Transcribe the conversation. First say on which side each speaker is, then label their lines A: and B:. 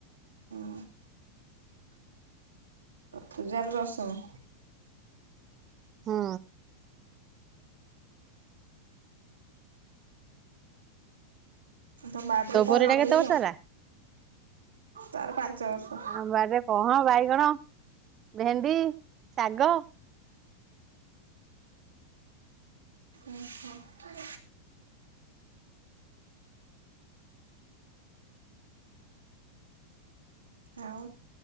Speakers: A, on the right; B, on the right.
A: ହଁ। ଚତୁର୍ଥ କ୍ଲାସ୍ ହେଲା।
B: ହୁଁ
A: ତ ବାଡ଼ି
B: ତୋ
A: କଣ
B: ପରିଟା
A: ଲଗେଇଛ?
B: କେତେ ବର୍ଷ ହେଲା?
A: ତାର ପାଞ୍ଚ ବର୍ଷ।
B: ଆ ବାଡରେ କହ ବାଇଗଣ, ଭେଣ୍ଡି, ଶାଗ
A: ଉଁ ହୁଁ ଆଉ